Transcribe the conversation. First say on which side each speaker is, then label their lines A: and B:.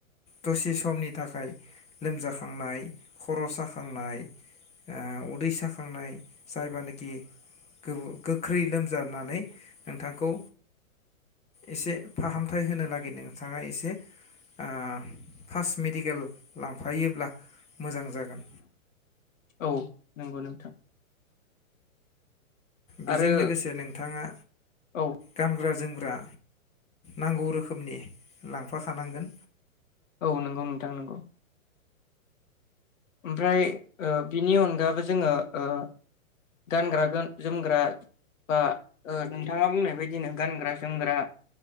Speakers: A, on the left; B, on the left.
A: दसे समनि थाखाय लोमजाखांनाय खर साखा खांनाय ओ उदै साखांनाय जायबानोखि गोबो गोख्रै लोमजानानै नोंथांखौ एसे फाहामथाय होनो लागि नोंथाङा एसे ओ फास मेडिकेल लांफायोब्ला मोजां जागोन
B: औ नंगौ नों थां
A: बेजों
B: आरो
A: लोगोसे नोंथाङा
B: औ
A: गानग्रा जोम ग्रा नांगौ रोखोमनि लांफाखानांगोन
B: औ नंगौ नोंथां नंगौ ओमफ्राय ओ बिनि अनगाबो जोङो ओ गानग्रा गान जोमग्रा बा ओ नोंथाङा बुंनाय बायदिनो गानग्रा जोमग्रा